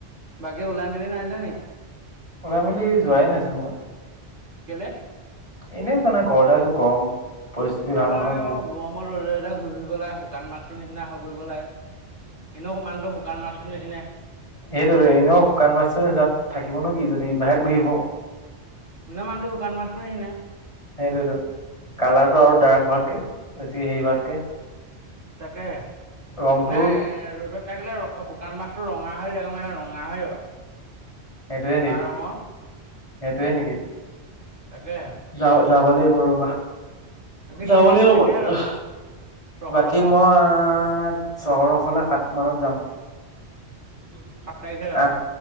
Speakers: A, on the right (about 80°); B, on the left (about 30°).
A: বাকী ওলাই মেলি নাই যোৱা নি?
B: ওলাই মেলি যোৱাই নাইচোন মই।
A: কেলে?
B: এনে জানা ঘৰতে আছো গৰম। পৰিস্থিতি
A: যাব
B: ভাল
A: লাগে
B: নহয় বহুত।
A: গৰমত ৰদে -ৰদে ঘূৰি ফুৰিব লাগে শুকান মাছৰ নিচিনা হ'ব ঘূৰিব লগে এনেও সমানটো শুকান মাছটোৰ নিচিনাই
B: সেইটোটো এনেও শুকান মাছ তাত থাকিব নেকি যদি বাহিৰত ঘূৰিব
A: মানে মানুহটো শুকান মাছটো নিচিনা?
B: সেইটোতো কালাৰটো আৰু ডাৰ্ক হোৱাটোকে বেছি হেৰি হোৱাতকে
A: তাকে
B: ৰংটোৰ
A: নাই ৰ'দত থাকিলে শুকান মাছটো ৰঙা হৈ যাব মানে ৰঙা নাভাবিবা
B: সেইটোৱে
A: মুগা
B: নেকি
A: ৰঙৰ
B: সেইটোৱে নেকি
A: তাকে।
B: যা যাব লাগিব ৰ'বা যাব
A: তুমি এনে
B: লাগিব
A: কেতিয়া
B: মইয়
A: যাবা চহৰৰ
B: বাকী
A: ফালে
B: মই চহৰৰ ফালে সাত মানত যাম।
A: <unintelligible> যাবা
B: আহ,